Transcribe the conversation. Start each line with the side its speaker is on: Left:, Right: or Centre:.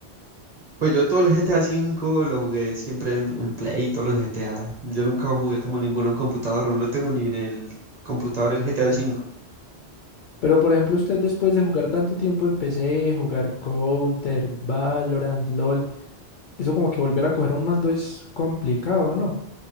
Right: Pues yo todo el GTA V lo jugué siempre en, en Play, todos los GTA. Yo nunca jugué como ninguno en computador, no lo tengo ni en el computador el GTA V.
Left: Pero por ejemplo, usted después de jugar tanto tiempo en PC, jugar Counter, Valorant, LOL, eso como que volver a coger un mando es complicado, ¿no?